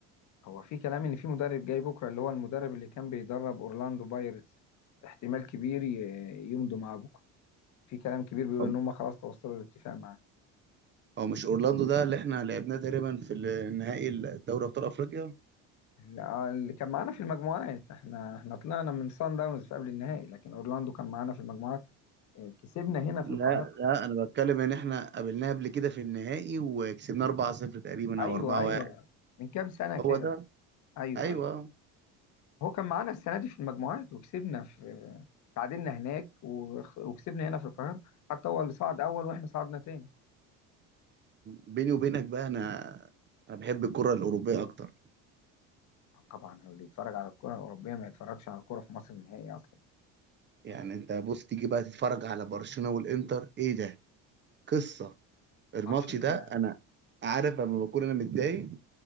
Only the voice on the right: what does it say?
طب
هو مش اورلاندو ده اللي احنا لعبناه تقريبا في النهائي الدوري ابطال افريقيا
لا
لا انا بتكلم ان احنا قابلناه قبل كده في النهائي وكسبناه 4-0 تقريبا
او 4-1
هو ده
ايوه
بيني وبينك بقى انا انا بحب الكرة الاوروبية اكتر
يعني
انت بص تيجي بقى تتفرج على برشلونة والانتر ايه ده قصة الماتش
ده انا عارف لما بكون انا متضايق